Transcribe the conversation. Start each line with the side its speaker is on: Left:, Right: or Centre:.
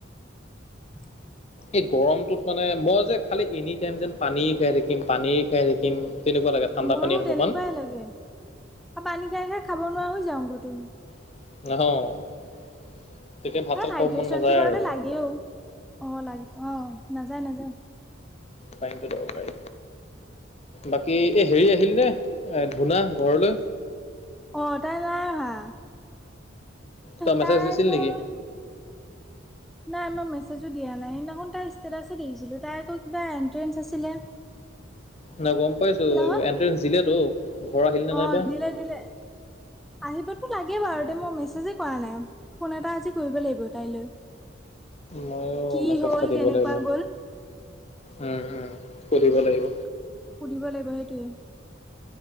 Centre: <inaudible>
Left: এই গৰমটোত মানে মই যে খালি এনি টাইম যেন পানীয়ে খাই থাকিম পানীয়ে খাই থাকিম। তেনেকুৱা লাগে ঠাণ্ডা
Centre: মোৰো
Left: পানী অকমান।
Centre: তেনেকুৱাই লাগে। আৰু পানী খাই খাই খাব নোৱাৰা হৈ যাওঁগে তোৰ।
Left: অ'। তেতিয়া ভাত-চাত
Centre: আৰু হাইড্ৰচনটো
Left: খাব মন নাযায়
Centre: বাৰুতে
Left: আৰু।
Centre: লাগেও। অ' লাগে অ' নাযায় নাযায়।
Left: তাইমটো দেখ ভাই। বাকী এই হেৰি আহিল নে ধূনা ঘৰলৈ?
Centre: অ' তাই নাই অহা।
Left: তই মেছেজ
Centre: তাই
Left: দিছিল
Centre: মই
Left: নেকি?
Centre: নাই মই মেছেজো দিয়া নাই, সেইদিনাখন তাৰ ষ্টেটাছে দেখিছিলোঁ তাই আকৌ কিবা এণ্ট্ৰেঞ্চ আছিলে।
Left: নাই গম পাইছো।
Centre: নহয়
Left: এণ্ট্ৰেঞ্চ দিলেতো? ঘৰ আহিল নে
Centre: অ'
Left: নাইবা?
Centre: দিলে দিলে। আহিবটো লাগে বাৰু দে, মই মেছেজে কৰা নাই, ফোন এটা আজি কৰিব লাগিব তাইলৈ।
Left: ময়ো
Centre: কি
Left: মেছেজ
Centre: হ'ল
Left: এটা দিব
Centre: কেনেকুৱা
Left: লাগিব।
Centre: গ'ল
Left: উম, উম। সুধিব লাগিব।
Centre: সুধিব লাগিব সেইটোৱেই।